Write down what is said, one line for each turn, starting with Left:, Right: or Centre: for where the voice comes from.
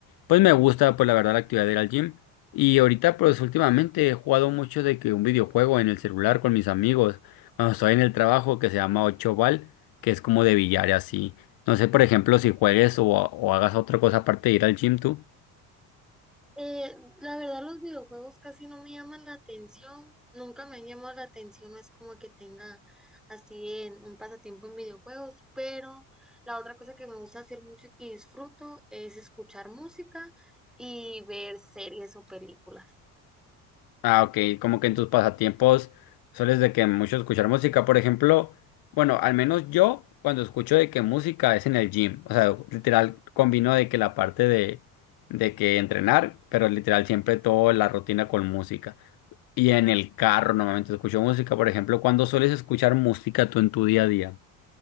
Left: Pues me gusta, pues la verdad, la actividad de ir al gym. Y ahorita, pues últimamente he jugado mucho de que un videojuego en el celular con mis amigos, cuando estoy en el trabajo, que se llama Ocho Ball, que es como de billar y así. No sé, por ejemplo, si juegues o, o hagas otra cosa aparte de ir al gym tú.
Centre: Eh, la verdad, los videojuegos casi no me llaman la atención, nunca me han llamado la atención, no es como que tenga así en un pasatiempo en videojuegos, pero la otra cosa que me gusta hacer mucho y que disfruto es escuchar música y ver series o películas.
Left: Ah, ok, como que en tus pasatiempos sueles de que mucho escuchar música, por ejemplo, bueno, al menos yo cuando escucho de que música es en el gym, o sea, literal combino de que la parte de, de que entrenar, pero literal siempre toda la rutina con música. Y en el carro normalmente escucho música, por ejemplo, cuando sueles escuchar música tú en tu día a día.